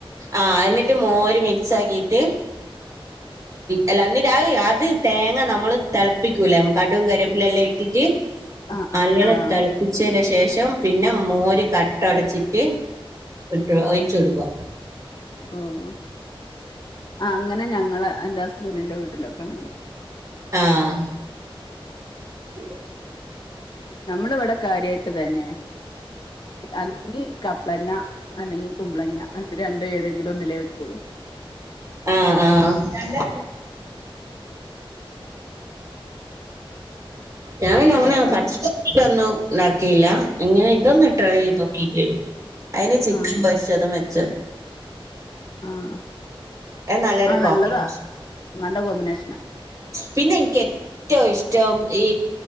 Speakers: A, on the right; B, on the left.
A: ആഹ് എന്നിട്ട് മോര് മിക്സ് ആക്കിട്ട് അല്ല എന്നിട്ട അത് തേങ്ങ നമ്മള് തിളപ്പിക്കൂലേ കടും കറിവേപ്പില എല്ലാം ഇട്ടിട്ട്
B: ആഹ് ആഹ്
A: അങ്ങനെ
B: ആഹ്
A: തളിപ്പിച്ചതിന് ശേഷം പിന്നെ മോര് കട്ട ഉടച്ചിട്ട് ഇട്ട് ഒഴിച്ച് കൊടുക്ക
B: ഉം അങ്ങനെ ഞങ്ങള് എന്റെ ഹസ്ബൻറിന്റെ വീട്ടിലൊക്കെ അങ്ങനെ വെക്കും
A: ആഹ് ഉം
B: നമ്മളിവിടെ കാര്യയിട്ട് ഇതെന്നെ അല്ലെങ്കി കപ്പ്ളങ്ങ അല്ലെങ്കി കുമ്പ്ളങ്ങ അത് രണ്ടും ഏതെങ്കിലും ഒന്നിലലേ വെക്കുള്ളൂ
A: ആഹ് ആഹ് അങ്ങനെ ഞാൻപിന്നങ്ങനെ
B: വേറെന്തോ
A: പച്ചിക്ക- ഇതൊന്നും ണ്ടാക്കിയില്ല, ഇങ്ങനെ ഇതൊന്ന് ട്രൈ ചെയ്ത് നോക്കിക്കെ അയ്ല് ചിക്കൻ
B: ആഹ്
A: പൊരിച്ചതും വെച്ച്
B: ആഹ്
A: അത് നല്ലൊരു
B: ആ
A: കോമ്പിനേഷൻ.
B: നല്ലതാ നല്ല കോമ്പിനേഷൻ
A: പിന്നെനിക്കെറ്റവും ഇഷ്ടം ഈ